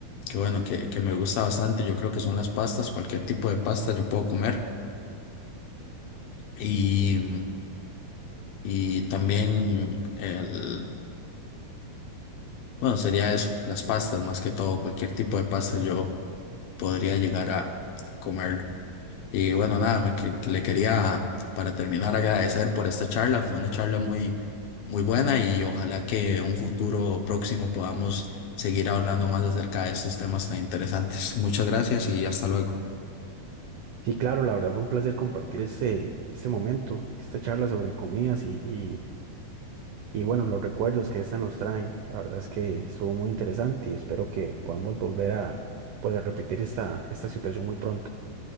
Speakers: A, on the left; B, on the right.
A: que bueno, que, que me gusta bastante, yo creo que son las pastas, cualquier tipo de pasta yo puedo comer. Y, y también el, bueno, sería eso, las pastas, más que todo, cualquier tipo de pasta yo podría llegar a comerlo. Y bueno, nada, me que- que le quería para terminar agradecer por esta charla. Fue una charla muy, muy buena y ojalá que en un futuro próximo podamos seguir hablando más acerca de estos temas tan interesantes. Muchas gracias y hasta luego.
B: Sí, claro, la verdad fue un placer compartir este, este momento, esta charla sobre comidas y Y bueno, los recuerdos que esta nos traen, la verdad es que estuvo muy interesante y espero que podamos volver a, pues, a repetir esta, esta situación muy pronto.